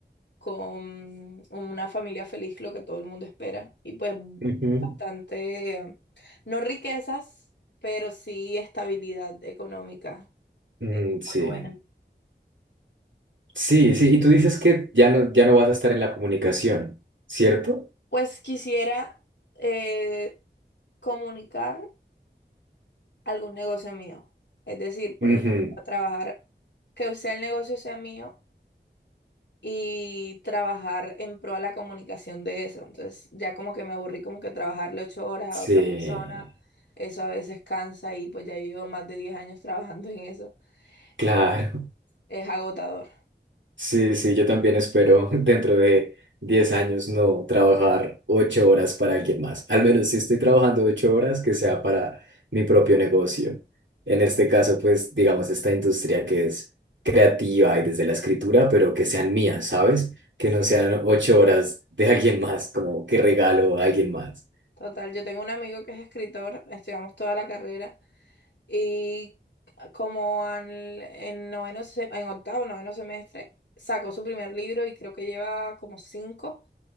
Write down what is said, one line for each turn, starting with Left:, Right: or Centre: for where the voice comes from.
Left: con una familia feliz, lo que todo el mundo espera. Y pues
Right: Ujú.
Left: bastante, em, no riquezas, pero sí estabilidad económica.
Right: Mm,
Left: eh,
Right: sí.
Left: muy buena.
Right: Sí, sí, y tú dices que ya no, ya no vas a estar en la comunicación, ¿cierto?
Left: Pues quisiera eh, comunicar algún negocio mío. Es decir, por
Right: Ujú.
Left: ejemplo, trabajar, que sea el negocio sea mío y trabajar en pro a la comunicación de eso. Entonces ya como que me aburrí como que trabajarle ocho horas a
Right: Sí,
Left: otra persona, eso a veces cansa y pues ya yo llevo más de 10 años trabajando en eso.
Right: claro.
Left: En- es agotador.
Right: Sí, sí, yo también espero <laughs> dentro de 10 años no trabajar 8 horas para alguien más. Al menos si estoy trabajando 8 horas, que sea para mi propio negocio. En este caso, pues, digamos, esta industria que es creativa y desde la escritura, pero que sean mías, ¿sabes? Que
Left: Sí,
Right: no sean
Left: es
Right: 8 horas de alguien más, como que
Left: to-
Right: regalo a alguien más.
Left: total. Yo tengo un amigo que es escritor, estudiamos toda la carrera y como al- en noveno, se- en octavo, noveno semestre, sacó su primer libro y creo que lleva como cinco.